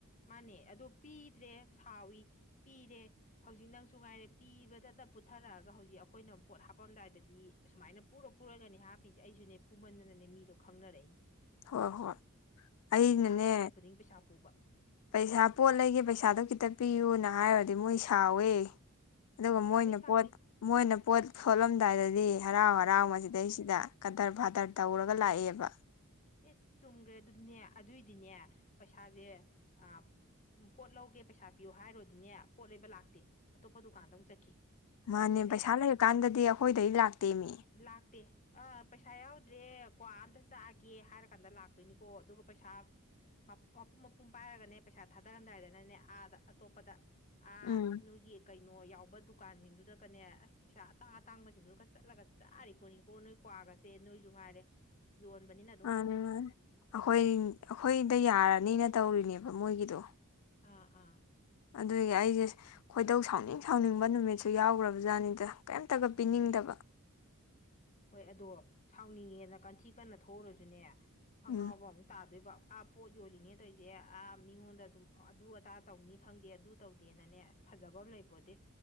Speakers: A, on the left; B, on the left.
A: ꯃꯥꯅꯦ ꯑꯗꯣ ꯄꯤꯗ꯭ꯔꯦ ꯁꯥꯎꯋꯤ ꯄꯤꯔꯦ__ ꯍꯧꯖꯤꯛ ꯅꯪꯁꯨ ꯉꯥꯏꯔꯦ ꯄꯤꯕꯗꯇ ꯄꯨꯊꯔꯛꯑꯒ ꯍꯧꯖꯤꯛ ꯑꯩꯈꯣꯏꯅ ꯑꯃ ꯄꯣꯠ ꯍꯥꯞꯄꯝꯗꯥꯏꯗꯗꯤ__ ꯁꯨꯃꯥꯏꯅ ꯄꯨꯔ ꯄꯨꯔꯒꯅꯦ ꯍꯥꯞꯄꯤꯁꯦ ꯑꯩꯁꯨꯅꯦ ꯄꯨꯃꯟꯗꯅꯅꯦ ꯃꯤꯗꯣ ꯈꯪꯅꯔꯛꯏꯅꯦ꯫
B: ꯍꯣꯏ ꯍꯣꯏ ꯑꯩꯅꯅꯦ
A: ꯄꯣꯠ ꯍꯥꯄꯝꯗꯥꯏ ꯈꯨꯗꯤꯡ ꯄꯩꯁꯥ ꯄꯨꯕ
B: ꯄꯩꯁꯥ ꯄꯣꯠ ꯂꯩꯒꯦ ꯄꯩꯁꯥꯗꯣ ꯈꯤꯇ ꯄꯤꯌꯨꯅ ꯍꯥꯏꯌꯨꯔꯗꯤ ꯃꯣꯏ ꯁꯥꯎꯋꯦ ꯑꯗꯨꯒ
A: ꯁꯥꯎꯏ
B: ꯃꯣꯏꯅ
A: ꯁꯥꯎꯏ
B: ꯄꯣꯠ__ ꯃꯣꯏꯅ ꯄꯣꯠ ꯁꯣꯠꯂꯝꯗꯥꯏꯗꯗꯤ ꯍꯔꯥꯎ ꯍꯔꯥꯎ ꯃꯁꯤꯗꯩꯁꯤꯗ ꯀꯗꯔ ꯐꯥꯗꯔ ꯇꯧꯔꯒ ꯂꯥꯛꯑꯦꯕ
A: ꯏꯁ ꯆꯨꯝꯒ꯭ꯔꯦ ꯑꯗꯨꯗꯤꯅꯦ ꯑꯗꯨꯏꯗꯤꯅꯦ ꯄꯩꯁꯥꯁꯦ ꯑꯥ ꯎꯝ ꯄꯣꯠ ꯂꯧꯒꯦ ꯄꯩꯁꯥ ꯄꯤꯌꯣ ꯍꯥꯏꯔꯣꯗꯤꯅꯦ ꯄꯣꯠ ꯂꯩꯕ ꯂꯥꯛꯇꯦ ꯑꯇꯣꯞꯄ ꯗꯨꯀꯥꯟꯗ ꯑꯃꯨꯛ ꯆꯠꯈꯤ
B: ꯃꯥꯅꯦ
A: ꯑꯗꯨꯒꯅꯦ
B: ꯄꯩꯁꯥ ꯂꯩꯔꯀꯥꯟꯗꯗꯤ ꯑꯩꯈꯣꯏꯗꯩ ꯂꯥꯛꯇꯦ ꯃꯤ
A: ꯂꯥꯛꯇꯦ ꯑ ꯄꯩꯁꯥ ꯌꯥꯎꯗ꯭ꯔꯦ ꯀ꯭ꯋꯥ ꯑꯝꯇ ꯆꯥꯒꯦ ꯒꯦ ꯍꯥꯏꯔ ꯀꯥꯟꯗ ꯂꯥꯛꯇꯣꯏꯅꯤꯀꯣ ꯑꯗꯨꯒ ꯄꯩꯁꯥ ꯃꯄ ꯃꯄꯨꯝ ꯃꯄꯨꯝ ꯄꯥꯏꯔꯒꯅꯦ ꯄꯩꯁꯥ ꯊꯥꯗꯔꯝꯗꯥꯏꯗꯅꯅꯦ ꯑꯥꯗ ꯑꯇꯣꯞꯄꯗ ꯑꯥ
B: ꯎꯝ
A: ꯅꯣꯏꯒꯤ ꯀꯩꯅꯣ ꯌꯥꯎꯕ ꯗꯨꯀꯥꯟꯁꯤꯡꯗꯨꯗꯀꯅꯦ ꯑꯁ ꯄꯩꯁꯥ ꯑꯇꯥꯡ ꯑꯇꯥꯡꯕꯁꯤꯡꯗꯨꯒ ꯆꯠꯂꯒ ꯆꯥꯔꯤ ꯄꯣꯅꯤꯀꯣ ꯅꯣꯏ ꯀ꯭ꯋꯥꯒꯁꯦ ꯅꯣꯏꯁꯨ ꯉꯥꯏꯔꯦ ꯌꯣꯟꯕꯅꯤ ꯅ
B: ꯃꯥꯅꯦ ꯃꯥꯅꯦ ꯑ ꯩꯈꯣꯏ ꯑꯩꯈꯣꯏꯗ ꯌꯥꯔꯅꯤꯅ ꯇꯧꯔꯤꯅꯦꯕ ꯃꯣꯏꯒꯤꯗꯣ
A: ꯑꯥ ꯑꯥ
B: ꯑꯗꯨꯒꯤ ꯑꯩꯁꯦ ꯈꯣꯏꯗꯧ ꯁꯥꯎꯅꯤꯡ ꯁꯥꯎꯅꯤꯡꯕ ꯅꯨꯃꯤꯠꯁꯦ ꯁꯨ ꯌꯥꯎꯒ꯭ꯔꯕ ꯖꯥꯠꯅꯤꯗ ꯀꯦꯝꯇꯒ ꯄꯤꯅꯤꯡꯗꯕ
A: ꯍꯣꯏ ꯑꯗꯣ ꯁꯥꯎꯅꯤꯡꯉꯦꯅ ꯀꯟꯊꯤ ꯀꯟꯅ ꯊꯣꯛꯎꯔꯁꯨꯅꯦ
B: ꯎꯝ
A: ꯑꯉꯥꯎꯕ ꯑꯃꯨꯛ ꯇꯥꯗꯣꯏꯕ ꯑꯥ ꯄꯣꯠ ꯌꯣꯜꯂꯤꯅꯦ ꯇꯧꯏꯁꯦ ꯑꯥ ꯃꯤꯉꯣꯟꯗ ꯑꯗꯨꯝ ꯑꯗꯨ ꯑꯗꯥ ꯇꯧꯅꯤ ꯈꯪꯗꯦ ꯑꯗꯨ ꯇꯧꯗꯦꯅꯅꯦ ꯑꯁ ꯐꯖꯕꯝ ꯂꯩꯄꯣꯠꯇꯦ